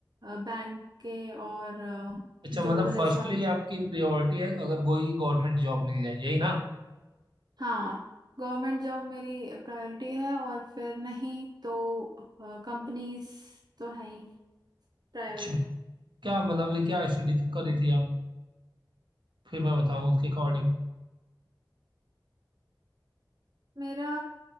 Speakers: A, on the right; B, on the right.
A: बैंक के और अ,
B: अच्छा
A: जो
B: मतलब
A: पुलिस
B: फर्स्टली
A: वाले
B: आपकी प्रायोरिटी है अगर कोई गवर्नमेंट जॉब मिल जाए यही ना
A: हाँ गवर्नमेंट जॉब मेरी प्रायोरिटी है और फिर नहीं तो कंपनीज तो है ही प्राइवेट
B: अच्छा क्या मतलब ये क्या स्टडी कर रही थी आप फिर मैं बताऊँ उसके अकॉर्डिंग
A: मेरा